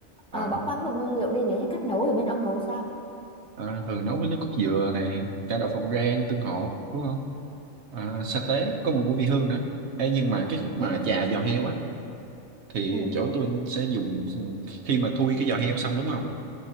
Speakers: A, on the right; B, in the centre.
A: à,
B: Ờ, bỏ qua cái phần nguyên liệu đi nếu như cách nấu thì bên ông nấu sao
A: à, thường nấu với nước cốt dừa này, cả đậu phộng rang, tương hộ, đúng không? À, sa tế có mùi của vị hương nữa. Ê, nhưng mà cái khúc mà
B: ừ,
A: chà giò heo á thì
B: ừ,
A: chỗ tôi sẽ dùng khi mà thui cái giò heo xong đúng không?